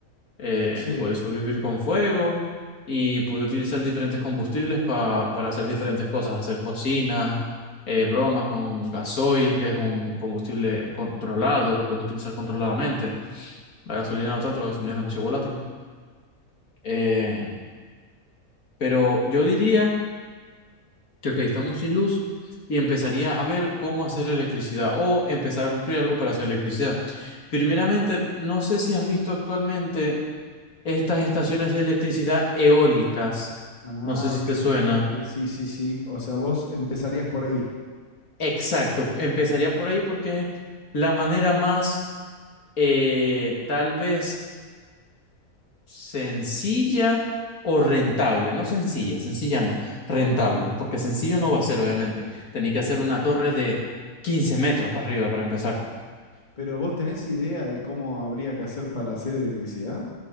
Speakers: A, on the left; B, on the left.
A: eh,
B: Sí.
A: puede sobrevivir con fuego y puede utilizar diferentes combustibles pa- para hacer diferentes cosas, hacer cocinas, eh, bromas con gasoil, que es un combustible controlado que puedes utilizar controladamente. La gasolina no tanto, la gasolina es demasiado volátil. Eh, pero yo diría que, ok, estamos sin luz y empezaría a ver cómo hacer electricidad o empezar a construir algo para hacer electricidad. Primeramente, no sé si has visto actualmente estas estaciones de electricidad eólicas.
B: Ah,
A: No sé si
B: ok,
A: te suena.
B: ok, ok, sí, sí, sí. O sea, vos empezarías por ahí.
A: Exacto, empezaría por ahí porque es la manera más eh, tal vez sencilla o rentable. No sencilla, sencilla no, rentable, porque sencillo no va a ser, obviamente. Tenía que hacer una torre de 15 metros para arriba para empezar.
B: Pero ¿vos tenés idea de cómo habría que hacer para hacer electricidad?